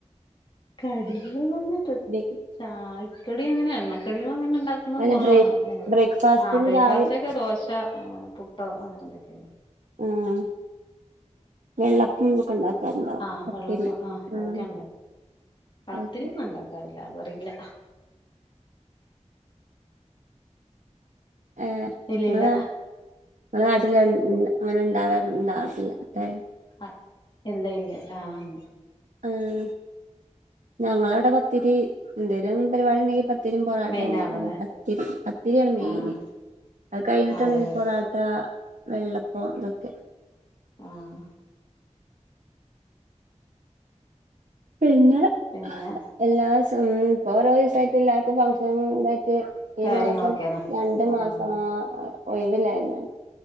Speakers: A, on the left; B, on the right.
A: കടികൾ പറഞ്ഞിട്ട
B: ബേക്ക്
A: ചായക്കടി അങ്ങനെ എണ്ണക്കടികൾ അങ്ങനെണ്ടാക്ക. എന്നും
B: അല്ല
A: കുറവാണ്
B: ബ്രേക്ക്
A: ഞങ്ങള്
B: ബ്രേക്ക്ഫാസ്റ്റിന്
A: ആഹ് ബ്രേക്ക്ഫാസ്റ്റ്
B: രാവിലെ
A: ഒക്കെ ദോശ അങ്ങനെ പുട്ട് അങ്ങനെ ണ്ടാക്കും എന്തൊക്കെയണ്ട്.
B: ആഹ്. വെള്ളപ്പംക്കെ ഉണ്ടാക്കാറുണ്ടാവും
A: ആഹ്
B: പത്തിരി
A: വെള്ളപ്പം അതൊക്കെ
B: ആഹ്.
A: ഉണ്ടാക്കും പത്തിരി
B: ഓക്കെ
A: ഒന്നും ഉണ്ടാക്കാറില്ല അതറിയില്ല.
B: ഏഹ്
A: ഇല്ല
B: നിങ്ങളെ
A: ഇല്ല
B: നിങ്ങളെ നാട്ടി അങ്ങനെണ്ടാവാ ഉണ്ടാവട്ടില്ല അട്ടേ.
A: ആഹ് ഇല്ല ഇല്ല ആഹ്.
B: ആഹ് ഞങ്ങളവിടെ പത്തിരി എന്തേലും പരിപാടി ഉണ്ടെങ്കിൽ പത്തിരി പത്തിരിയും പൊറാട്ട
A: മെയിൻ
B: എങ്ങനെയൊക്കെയാണ്
A: ആണല്ലേ
B: പത്തിരി പത്തിരിയാണ് മെയിന്
A: ആഹ്
B: അത് കഴിഞ്ഞിട്ടാണ്
A: അതെ അതെ
B: പൊറട്ട ആഹ് വെള്ളപ്പം ഇതൊക്കെ.
A: ആഹ്
B: പിന്നെ പ
A: പിന്നെ.
B: എല്ലാസം ഓരോ ദിവസാ ആയിട്ട് എല്ലാർക്കും ഫങ്ങ്ഷനും ഇതായിട്ട്.
A: കാര്യങ്ങളൊക്കെയാണ്
B: ഈ മാസം രണ്ടു
A: ആഹ്
B: മാസം ആ ഒഴിവില്ലായിരുന്നു.